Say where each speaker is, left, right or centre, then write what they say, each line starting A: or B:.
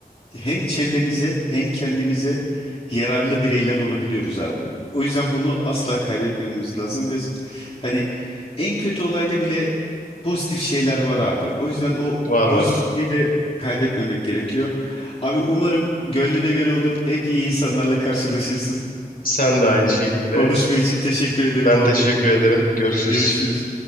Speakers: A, on the left; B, on the left.
A: hem çevremize hem kendimize yararlı bireyler olabiliyoruz abi. O yüzden bunu asla kaybetmememiz lazım ve s- hani en kötü olayda bile pozitif şeyler var abi. O yüzden o
B: Var var.
A: pozitifliği de kaybetmemek gerekiyor. Abi umarım gönlüne göre olur. Hep iyi insanlarla karşılaşırsın.
B: Sen de aynı şekilde.
A: Konuşma için teşekkür ederim
B: Ben
A: abi.
B: teşekkür ederim. Görüşürüz.
A: Görüşürüz.